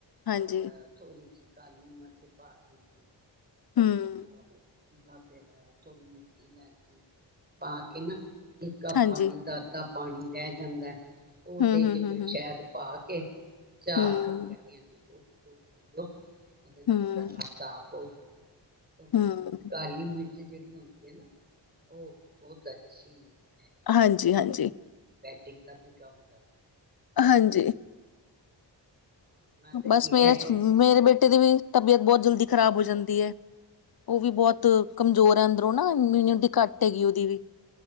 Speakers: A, on the left; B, on the right.
A: ਹਾਂਜੀ
B: ਔਰ ਥੋੜੀ ਜੀ ਕਾਲੀ ਮਰਚ ਪਾ ਦਿੱਤੀ
A: ਹੂੰ,
B: ਹੋਰ ਉਹਦਾ ਫੇਰ ਥੋੜੀ ਮੋਟੀ ਇਲਾਚੀ ਪਾ ਕੇ ਨਾ ਇੱਕ ਕੱਪ
A: ਹਾਂਜੀ।
B: ਪਾਣੀ ਦਾ ਅੱਧਾ ਪਾਣੀ ਰਹਿ ਜਾਂਦਾ ਉਹਦੇ
A: ਹੂੰ, ਹੂੰ,
B: ਚ
A: ਹੂੰ,
B: ਫਿਰ
A: ਹੂੰ,
B: ਸ਼ਾਇਦ ਪਾ ਕੇ ਚਾਕਣ
A: ਹੂੰ,
B: ਕਹਿ ਇਹਨੂੰ ਇਕ ਘੁੱਟ ਪੀਲੋ ਉਹਦੇ ਨਾਲ
A: ਹੂੰ,
B: ਗਲਾ ਸਾਫ ਹੋ ਜਾਂਦਾ ਹੈ ਕਿਉਂਕਿ
A: ਹੂੰ,
B: ਕਾਲੀ ਮਿਰਚ ਜਿਹੜੀ ਹੁੰਦੀ ਹੈ ਨਾ ਉਹ ਬਹੁਤ ਅੱਛੀ ਹੈਗੀ
A: ਹਾਂਜੀ
B: ਹੈ
A: ਹਾਂਜੀ
B: <inaudible> ਕੰਮ ਕਰ
A: ਹਾਂਜੀ
B: ਹਾਂ ਮੈਂ ਤਾਂ ਇਹ
A: ਬਸ ਮੇਰੇ
B: ਇਹ ਦੇ ਦਿੰਦੀ
A: ਮੇਰੇ
B: ਹਾਂ
A: ਬੇਟੇ ਦੀ ਵੀ ਤਬੀਅਤ ਬਹੁਤ ਜਲਦੀ ਖ਼ਰਾਬ ਹੋ ਜਾਂਦੀ ਹੈ
B: ਜਾਂਦੀ
A: ਉਹ ਵੀ ਬਹੁਤ
B: ਹੈ ਹਾਂ
A: ਕਮਜ਼ੋਰ ਹੈ ਅੰਦਰੋਂ ਨਾ ਇਮਿਊਨਿਟੀ ਘੱਟ ਹੈਗੀ ਓਦੀ ਵੀ